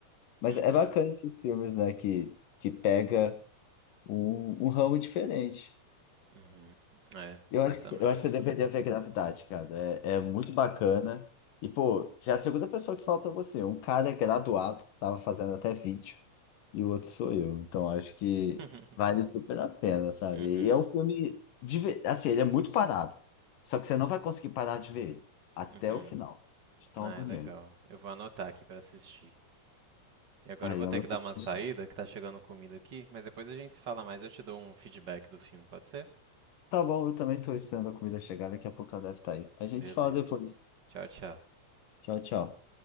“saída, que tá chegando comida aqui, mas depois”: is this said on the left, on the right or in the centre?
Right